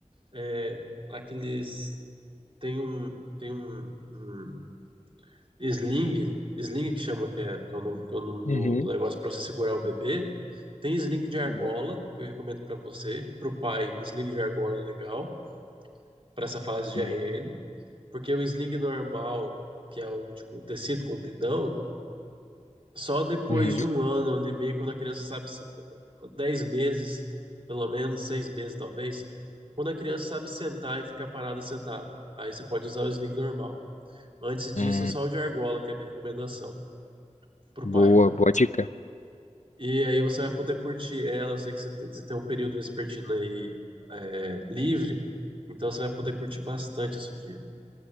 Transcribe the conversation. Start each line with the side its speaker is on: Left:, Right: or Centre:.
Right: É, Aqueles. Tem um, tem um um Sling, sling que chama, que é, que é o nome, que é o nome
Left: Uhum.
Right: do, do negócio para você segurar o bebê. Tem sling de argola,
Left: Boa,
Right: que eu recomendo para você. Para o pai, sling de argola é legal, para essa fase de
Left: boa.
Right: RN, porque o sling normal, que é o de co- tecido compridão, só depois
Left: Uhum.
Right: de um ano, ano e meio, quando a criança sabe, se- dez meses, pelo menos, seis meses talvez, quando a criança sabe sentar e ficar parada sentada. Aí você pode usar o sling normal. Antes disso,
Left: Hum,
Right: só o de argola, que é a minha recomendação, para
Left: Boa,
Right: o pai.
Left: boa dica.
Right: E aí você vai poder curtir ela. Eu sei que você te- você tem um período vespertino aí é, livre, então você vai poder curtir bastante a Sofia.